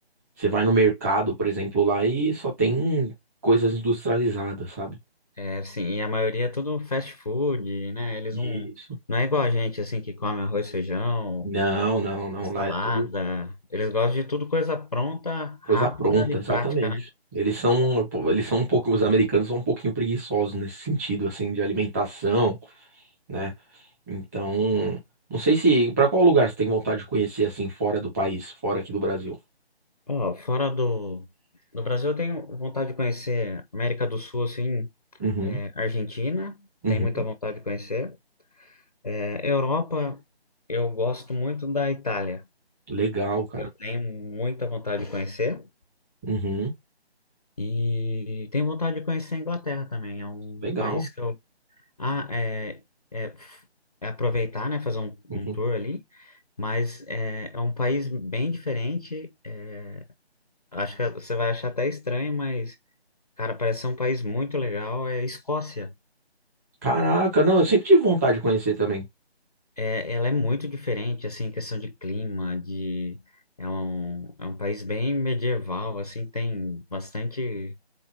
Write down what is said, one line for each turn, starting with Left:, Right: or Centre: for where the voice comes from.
Right: Você vai no mercado, por exemplo, lá e só tem coisas industrializadas, sabe?
Left: É assim, e a maioria é tudo fast food, né? Eles
Right: Isso.
Left: não, não é igual a gente, assim, que come arroz, feijão,
Right: Não, não, não. Lá
Left: salada.
Right: é tudo
Left: Eles gostam de tudo coisa pronta,
Right: coisa
Left: rápida
Right: pronta,
Left: e
Right: exatamente.
Left: prática, né?
Right: Eles são, eles são um pouco, os americanos são um pouquinho preguiçosos nesse sentido, assim, de alimentação, né? Então, não sei se, para qual lugar você tem vontade de conhecer, assim, fora do país, fora aqui do Brasil?
Left: Ó, fora do, do Brasil, eu tenho vontade de conhecer América do Sul, assim,
Right: Uhum,
Left: É, Argentina,
Right: uhum.
Left: tem muita vontade de conhecer. É, Europa, eu gosto muito da Itália.
Right: Legal, cara.
Left: Eu tenho muita vontade de conhecer.
Right: Uhum,
Left: E tenho vontade de conhecer a Inglaterra também. É um
Right: legal.
Left: país que eu. Ah, é, é, f- é aproveitar, né? Fazer um,
Right: Uhum.
Left: um tour ali. Mas é, é um país bem diferente. é, acho que você vai achar até estranho, mas, cara, parece ser um país muito legal. É a Escócia.
Right: Caraca, não, eu sempre tive vontade de conhecer também.
Left: É, ela é muito diferente, assim, em questão de clima, de... É um, é um país bem medieval, assim, tem bastante